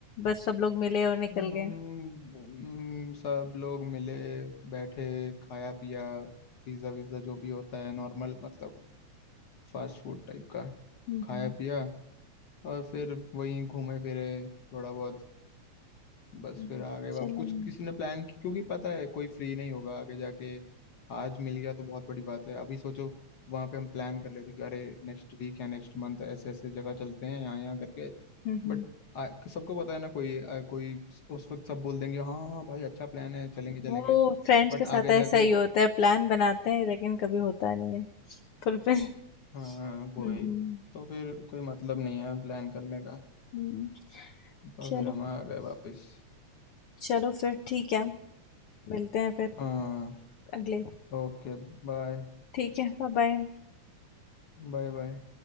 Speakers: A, on the left (about 75°); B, on the left (about 45°).
A: बस सब लोग मिले और निकल
B: हम
A: गए
B: हम सब लोग मिले बैठे खाया पिया पिज्ज़ा विज़्ज़ा जो भी होता है नॉर्मल मतलब फास्ट फूड टाइप का
A: हम्म
B: खाया
A: हम्म,
B: पिया और फिर वहीं घूमे फिरे थोड़ा बहुत बस
A: हम्म।
B: फिर आ गए बाबू
A: चलो
B: कुछ
A: हम्म
B: किसी ने प्लान की क्योंकि पता है कोई फ्री नहीं होगा आगे जाके आज मिल गया तो बहुत बड़ी बात है अभी सोचो वहां पे हम प्लान कर लेते कि अरे नेक्स्ट वीक या नेक्स्ट मंथ ऐसे ऐसे जगह चलते हैं यहाँ यहाँ करके
A: हम्म।
B: बट आ- सबको पता है ना कोई आ, कोई उस उस वक्त सब बोल देंगे हाँ हाँ भाई अच्छा प्लान है चलेंगे चलेंगे
A: वो फ्रेंड्स
B: बट
A: के साथ
B: आगे
A: ऐसा
B: जाके
A: ही होता है प्लान बनाते हैं लेकिन कभी होता नहीं है फुलफिल
B: हाँ वही
A: हम्म हम्म
B: तो फिर कोई मतलब नहीं है प्लान करने का
A: हम्म।
B: तो
A: चलो
B: फिर हम आ गए वापस
A: चलो फिर ठीक है मिलते हैं फिर
B: हाँ
A: अगले
B: ओके बाय
A: ठीक है बाय बाय
B: बाय बाय